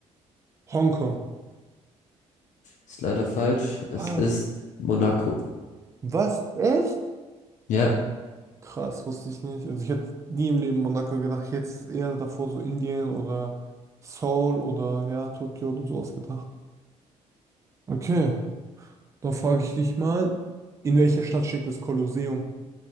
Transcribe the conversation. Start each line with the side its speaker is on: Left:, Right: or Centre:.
Right: Hongkong.
Left: Ist leider falsch. Es
Right: Was?
Left: ist Monaco.
Right: Was? Echt?
Left: Ja,
Right: Krass, wusste ich nicht. Also ich hätte nie im Leben Monaco gedacht. Ich hätte es eher davor so Indien oder Seoul oder ja, Tokio oder sowas gedacht. Okay, dann frage ich dich mal, in welcher Stadt steht das Kolosseum?